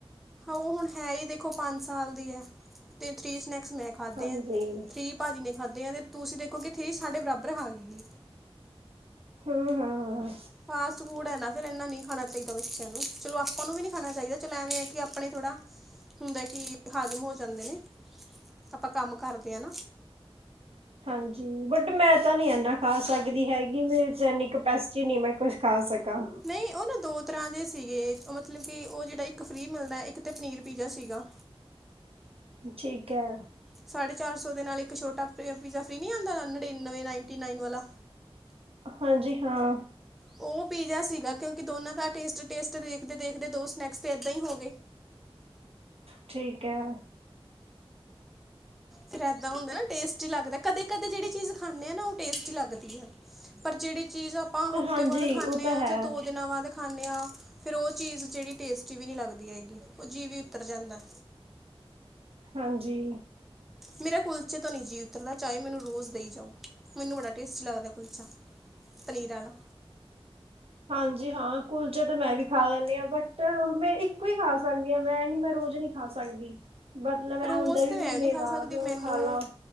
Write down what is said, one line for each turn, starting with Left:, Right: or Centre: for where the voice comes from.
Centre: ਹਾਂ ਉਹ ਹੁਣ ਹੈ ਹੀ ਦੇਖੋ ਪੰਜ ਸਾਲ ਦੀ ਹੈ। ਤੇ ਥ੍ਰਰੀ ਸਨੈਕਸ ਮੈ। ਖਾਧੇ
Right: ਹਾਂਜੀ
Centre: ਆ ਥ੍ਰੀ ਭਾਜੀ ਨੇ ਖਾਧੇ ਆ। ਤੇ ਤੁਸੀਂ ਦੇਖੋ ਕਿ ਥ੍ਰੀ ਸਾਡੇ ਬਰਾਬਰ ਖਾ ਗੀ ਏ।
Right: ਹਮ ਹਮ।
Centre: ਫਾਸਟ ਫੂਡ ਹੈ ਨਾ। ਫੇਰ ਇਨਾ ਨਹੀਂ ਖਾਣਾ ਚਾਹੀਦਾ ਬੱਚਾ। ਨੂੰ ਚਲੋ ਆਪਾਂ ਨੂੰ ਵੀ ਨੀ ਖਾਣਾ ਚਾਹੀਦਾ। ਚਲੋ ਐਵੇਂ ਹੈ ਕਿ ਆਪਣੇ ਥੋੜਾ ਹੁੰਦਾ ਕਿ ਹਾਜ਼ਮ ਹੋ ਜਾਂਦੇ ਨੇ। ਆਪਾਂ ਕੰਮ ਕਰਦੇ ਆਂ ਨਾ।
Right: ਹਾਂਜੀ। ਬਟ ਮੈਂ ਤਾਂ ਨੀ ਏਨਾ ਖਾ ਸਕਦੀ ਹੈਗੀ ਮੇਰੇ ਚ ਏਨੀ ਕਪੈਸਿਟੀ ਨਹੀਂ। ਮੈਂ ਕੁਛ ਖਾ ਸਕਾਂ।
Centre: ਨਹੀਂ। ਉਹ ਨਾ ਦੋ ਤਰ੍ਹਾਂ ਦੇ ਸੀਗੇ। ਮਤਲਬ ਕਿ ਉਹ ਜਿਹੜਾ ਇੱਕ ਫਰੀ ਮਿਲਦਾ ਇੱਕ ਤੇ ਪਨੀਰ ਪੀਜ਼ਾ ਸੀਗਾ।
Right: ਠੀਕ ਹੈ।
Centre: ਸਾਢੇ ਚਾਰ ਸੌ ਦੇ ਨਾਲ ਇੱਕ ਛੋਟਾ ਪੀਜ਼ਾ ਫ੍ਰੀ ਨੀ ਆਉਂਦਾ। ਨੜਿਨਵੇਂ ਨਾਈਨਟੀ ਨਾਈਨ ਵਾਲਾ।
Right: ਹਾਂਜੀ ਹਾਂ।
Centre: ਉਹ ਪੀਜ਼ਾ ਸੀਗਾ ਕਿਉਂਕਿ ਦੋਨਾਂ ਦਾ ਟੇਸਟ- ਟੇਸਟ ਦੇਖਦੇ -ਦੇਖਦੇ ਦੋ ਸਨੈਕਸ ਤੇ ਇਏਦਾਂ ਹੀ ਹੋ ਗਏ।
Right: ਠੀਕ ਹੈ।
Centre: ਫਰੈਦਾ ਹੁੰਦਾ ਨਾ ਟਸਟੀ ਲੱਗਦਾ ਕਦੇ- ਕਦੇ ਜਿਹੜੀ ਚੀਜ਼ ਖਾਂਦੇ ਆ। ਨਾ ਟੇਸਟੀ ਲੱਗਦੀ ਹੈ। ਪਰ ਜਿਹੜੀ ਚੀਜ਼ ਆਪਾਂ ਹਫ਼ਤੇ
Right: ਹਾਂਜੀ
Centre: ਬਾਅਦ ਖਾਂਦੇ
Right: ਉਹ ਤਾਂ
Centre: ਆਂ।
Right: ਹੈ
Centre: ਜਾਂ ਦੋ ਦਿਨਾਂ ਬਾਅਦ ਖਾਂਦੇ ਹਾਂ। ਫੇਰ ਉਹ ਚੀਜ਼ ਜਿਹੜੀ ਟੇਸਟੀ ਵੀ ਨਹੀਂ ਲੱਗਦੀ। ਹੈਗੀ ਉਹ ਜੀਅ ਵੀ ਉਤਰ ਜਾਂਦਾ।
Right: ਹਾਂਜੀ।
Centre: ਮੇਰਾ ਕੁਲਚੇ ਤੋਂ ਨਹੀਂ ਜੀਅ ਉਤਰਦਾ। ਚਾਹਏ ਮੈਨੂੰ ਰੋਜ਼ ਦੇਈ ਜਾਓ। ਮੈਨੂੰ ਬੜਾ ਟੇਸਟੀ ਲੱਗਦਾ 'ਕੁਲਚਾ। ਪਨੀਰ ਆਲਾ।
Right: ਹਾਂਜੀ ਹਾਂ। ਕੁਲਚਾ ਤਾਂ ਮੈਂ ਵੀ ਖਾ ਲੈਂਦੀ ਹਾਂ। ਬਟ ਮੈਂ ਇੱਕੋ ਹੀ ਖਾ ਸਕਦੀ ਹਾਂ। ਮੈਂ ਨੀ ਮੈਂ ਰੋਜ਼ ਨੀ। ਖਾ ਸਕਦੀ। ਮਤਲਬ ਇਹ
Centre: ਰੋਜ਼
Right: ਹੁੰਦਾ ਵੀ
Centre: ਤੇ
Right: ਮਹੀਨੇ
Centre: ਮੈਂ ਨਹੀਂ ਖਾ
Right: ਬਾਅਦ
Centre: ਸਕਦੀ ਮੈਨੂੰ
Right: ਖਾ ਲਾ।